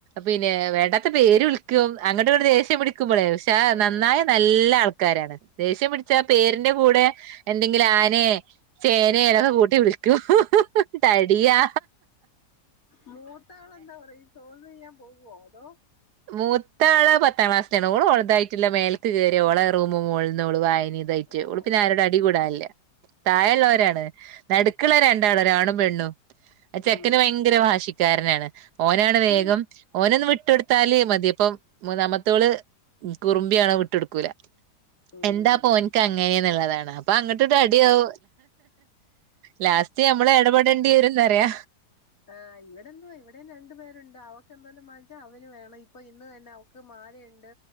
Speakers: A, on the right (about 80°); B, on the left (about 55°).
A: പിന്നെ വേണ്ടാത്ത പേര് വിളിക്കോ അങ്ങട്ട ഒരു ദേഷം പി ുമ്പോ പക്ഷെ നന്നായി
B: ഏടാ
A: നല്ല ആൾക്കാരാണ് ദേഷ്യം പിടിച്ച പേരിന്റെ കൂടെ എന്തെങ്കില ഞാനേ ചേനനൊക്കെ
B: ആഹ്
A: കൂട്ടി വിളിക്കൂ തടിയാ
B: മൂത്താളെ എന്താ പറ സോൾന്ന് ചെയ്യാൻ പോവോ അതോ
A: മൂത്ത ആള് പത്താം ക്ലാസ്സാണ് കൂടെ ഉളുതായിട്ടുള്ള മേൽക്ക് കയറിിയോള റൂമ് മു ഇതായിട്ട്
B: ഓഹ്
A: ഉ പിന്നെ ആരുടെ അടി കൂടല്ലേ താഴ
B: ഇല്ല
A: ഉുള്ളവരാണ് നടുക്കുള്ള രണ്ടാളരാണും പെണ്ണും അ ചെക്കന്
B: ഉം
A: ഭയങ്കര ഭാഷ ാരനാണ് ഓനാണ് വേഗം
B: ഉം
A: ഓന ഒന്നന്ന് വിട്ടടു മതി അപ്പം മൂന്നാമത്തോള് കുറുമ്പിയ ആണോ വിട്ട എടുക്കൂല
B: ഉം
A: എന്താ പോ എനിക്ക് അങ്ങനെയന്നുള്ളതാണ് അപ്പൊ അങ്ങട്ടട്ട് അടിയാവ ലാസ്റ്റ് നഞമ്മള ഇടപെടേണ്ടി വരുംന്ന്റിയ
B: ആ് ഇവിടെന്തോ ഇവിടെന്ന് രണ്ടു പേരുണ്ട് അവക്ക് എന്തലും വങ്ങിച്ച അവന് വേണം ഇപ്പ ഇന്ന് തന്നെ അവക്ക് മരുണ്ട്